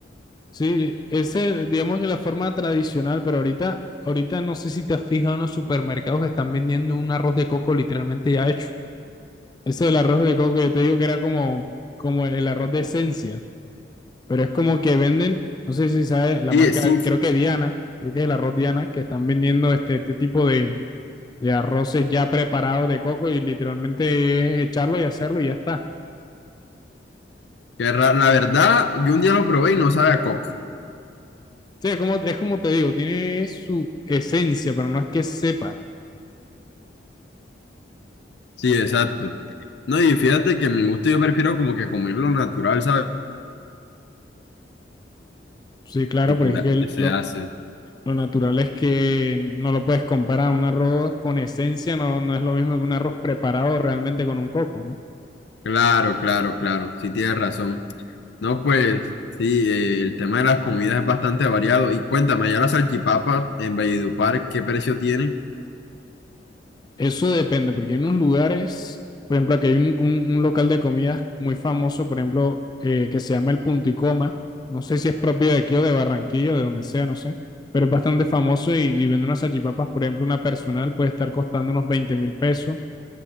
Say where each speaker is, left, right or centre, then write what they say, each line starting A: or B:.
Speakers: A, on the left; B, on the left.
A: Sí, ese, digamos que la forma tradicional, pero ahorita, ahorita no sé si te has fijado en los supermercados que están vendiendo un arroz de coco literalmente ya hecho. Ese del arroz de coco que te digo que era como, como el arroz de esencia, pero es como que venden, no sé si sabes, la
B: Sí,
A: marca,
B: sí,
A: creo
B: sí,
A: que Diana, creo que es el arroz Diana, que están vendiendo este, este tipo de, de arroces ya preparados de coco y literalmente es echarlo y hacerlo y ya está.
B: que ra- la verdad, yo un día lo probé y no sabe a coco.
A: Sí, es como, es como te digo, tiene su esencia, pero no es que sepa.
B: Sí, exacto. No, y fíjate que en mi gusto yo prefiero como que comerlo natural, ¿sabes?
A: Sí, claro,
B: cultural
A: porque es que el-
B: que se
A: lo,
B: hace.
A: lo natural es que no lo puedes comparar. Un arroz con esencia no, no es lo mismo que un arroz preparado realmente con un coco, ¿no?
B: Claro, claro, claro. Sí, tienes razón. No, pues sí, eh, el tema de las comidas es bastante variado. Y cuéntame, allá las salchipapas en Valledupar, ¿qué precio tienen?
A: Eso depende, porque hay unos lugares, por ejemplo, aquí hay un, un- un local de comidas muy famoso, por ejemplo, eh, que se llama El Punto y Coma. No sé si es propio de aquí o de Barranquilla o de donde sea, no sé, pero es bastante famoso y, y vende unas salchipapas, por ejemplo, una personal puede estar costando unos veinte mil pesos